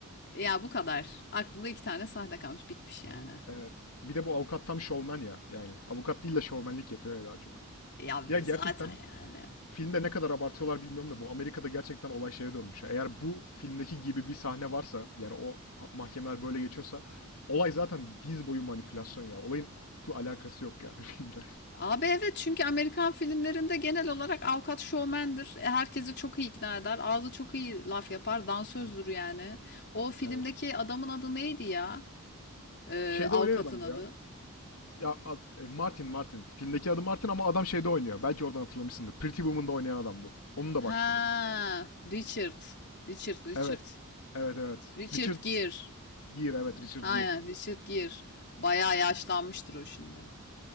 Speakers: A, on the left; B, on the left.
A: Ya bu kadar. Aklımda iki tane sahne kalmış, bitmiş yani.
B: Evet. Bir de bu avukat tam şovmen ya. Yani avukat değil de şovmenlik yapıyor ya daha çok.
A: Ya,
B: Ya gerçekten
A: zaten yani.
B: filmde ne kadar abartıyorlar bilmiyorum da bu Amerika'da gerçekten olay şeye dönmüş. ya. Eğer bu filmdeki gibi bir sahne varsa yani o ha- mahkemeler böyle geçiyorsa olay zaten diz boyu manipülasyon ya. Olayın hukukla alakası yok yani <laughs> filmde.
A: Abi evet çünkü Amerikan filmlerinde genel olarak avukat şovmendir. E, Herkesi çok iyi ikna eder. Ağzı çok iyi laf yapar. Dansözdür yani. O filmdeki
B: Evet.
A: adamın adı neydi ya? Ee,
B: Şeyde
A: avukatın
B: oynayan adam
A: adı.
B: bu ya. Ya ad- e, Martin Martin. Filmdeki adı Martin ama adam şeyde oynuyor. Belki oradan hatırlamışsındır. Pretty Woman'da oynayan adam bu. Onun da
A: Ha,
B: başrolü.
A: Richard. Richard, Richard.
B: Evet. Evet evet.
A: Richard
B: Richard
A: Gere.
B: Gere evet Richard
A: Ha
B: Gere.
A: ya, Richard Gere. Bayağı yaşlanmıştır o şimdi.